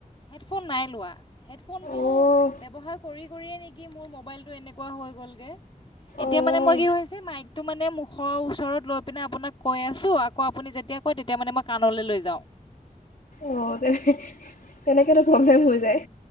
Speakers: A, on the left; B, on the left.
A: হেডফোন নাই লোৱা। হেডফোনটো
B: অঁ
A: ব্যৱহাৰ কৰি-কৰিয়ে নেকি মোৰ ম'বাইলটো এনেকুৱা হৈ গ'লগৈ? এতিয়া
B: অঁ
A: মানে মই কি হৈছে মাইকটো মানে মূখত ওচৰত লৈ পিনে আপোনাক কৈ আছোঁ আকৌ আপুনি যেতিয়া কয় তেতিয়া মানে মই কাণলৈ লৈ যাওঁ।
B: অহ তেনে-তেনেকে তো প্ৰব্লেম হৈ যায়।